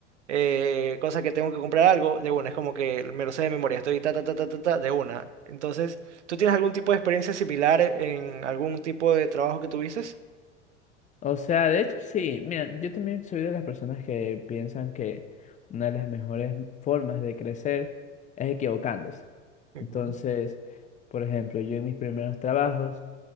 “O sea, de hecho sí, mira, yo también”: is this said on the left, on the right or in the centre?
Left